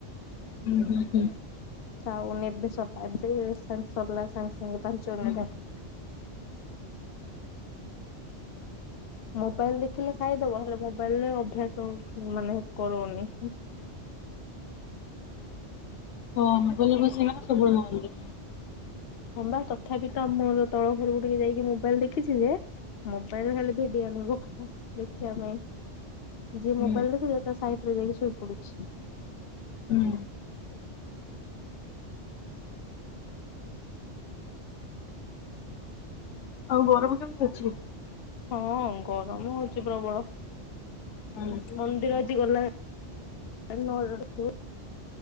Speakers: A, on the left (about 85°); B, on the left (about 60°).
A: ହୁଁ ହୁଁ ହୁଁ।
B: ଚାଉନି ଏବେ ସରିଲା ଏବେ ସାଙ୍ଗେ ସରିଲା ସାଙ୍ଗେ ସାଙ୍ଗେ ପାଞ୍ଚ ମିନିଟ୍
A: ହୁଁ।
B: ହେବନି ମୋବାଇଲ ଦେଖିଲେ ଖାଇଦବ ହେଲେ ମୋବାଇଲରେ ଅଭ୍ୟାସ ମାନେ କରଉନି।
A: ହଁ <unintelligible> ସବୁବେଳେ ମୋବାଇଲ୍ ଦେଖିବେ।
B: ହଁବା ତଥାପି ତ ଆମର ତଳ ଘରକୁ ଟିକେ ଯାଇକି ମୋବାଇଲ ଦେଖିଛି ଯେ ମୋବାଇଲରେ ଖାଲି ଭିଡିଓ ଆଣିବ ହୁଁ ହୁଁ ଦେଖିବା ପାଇଁ ଯିଏ
A: ହୁଁ
B: ମୋବାଇଲ ଦେଖୁଛି ତା ସାଇଟ୍ ରେ ଯାଇକି ଶୋଇ ପଡୁଛି।
A: ହୁଁ। ଆଉ ଗରମ କେମିତି ଅଛି?
B: ହଁ ଗରମ ହଉଛି ପ୍ରବଳ।
A: ହଁ।
B: ମନ୍ଦିର ଆଜି ଗଲା <unintelligible> ମୋ